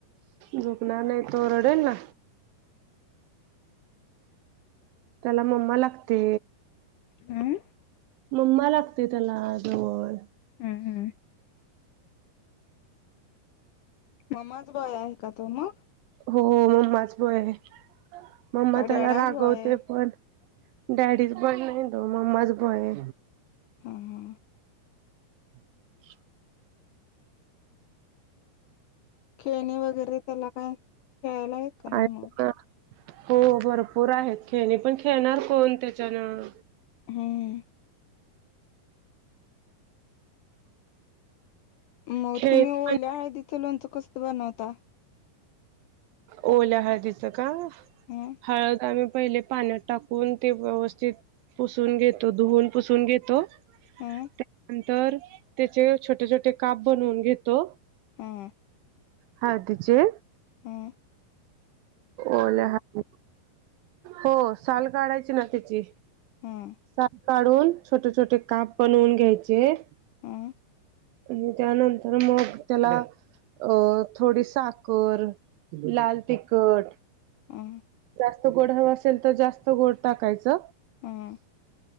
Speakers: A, on the right; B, on the left.
A: झुकणार नाही तो रडेल ना त्याला मम्मा लागते
B: हं
A: मम्मा लागते त्याला जवळ
B: हां हां म्माच बाय आहे का तो मग
A: हो मम्माच भय मम्मा
B: का
A: त्याला
B: डॅडाच
A: रागवते
B: बॉय आहे
A: पण डॅडीच बय नाही त मम्माच भय
B: हां हां
A: <inaudible>
B: खेळणे वगैरे त्याला काय खेळायला येत का नाही
A: आणि
B: म्हणून
A: हो भरपूर आहेत खेळणे पण खेळणार कोण त्याच्यानं
B: हम् मग
A: खेळणी
B: तुम्ही ओल्या
A: पण
B: हळदीचं लोणचं कसं बनवता
A: ओल्या हळदीच का
B: हं
A: हळद आम्ही पहिले पाण्यात टाकून ते व्यवस्थित पुसून घेतो धुवून पुसून घेतो त्यानंतर
B: हं
A: त्याचे छोटे छोटे काप बनवून घेतो
B: हा.
A: हा तिचे.
B: हम्म.
A: ओल्या हात नी, हो साल काढायची ना त्याची.
B: हम्म.
A: साग काढून छोटे-छोटे काप बनवून घ्यायचे.
B: हं
A: आणि त्यानंतर मग त्याला अ थोडी साखर, लाल तिखट
B: हम्म.
A: जास्त गोड हवा असेल तर जास्त गोड टाकायचं.
B: हा.